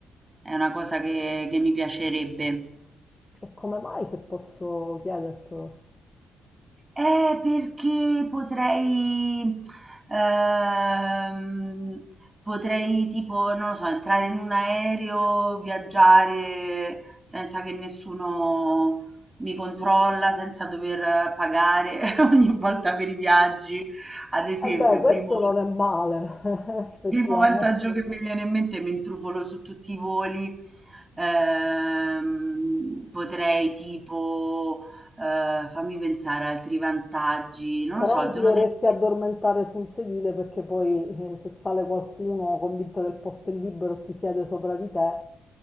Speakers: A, on the right (about 25°); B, on the left (about 20°).
A: è una cosa che che mi piacerebbe.
B: E come mai, se posso chiedertelo?
A: Eh, perché potrei ehm, potrei tipo, non lo so, entrare in un aereo, viaggiare senza che nessuno mi controlla, senza dover pagare <laughs> ogni volta per i viaggi. Ad esempio,
B: Eh beh, questo
A: primo...
B: non è male, <laughs> effettivamente.
A: Primo vantaggio che mi viene in mente, mi intrufolo su tutti i voli, ehm, potrei tipo, ehm, fammi pensare altri vantaggi, non
B: Però
A: lo so, il
B: non
A: dono
B: ti dovresti
A: degli
B: addormentare su un sedile perché poi eh, se sale qualcuno convinto che il posto è libero si siede sopra di te,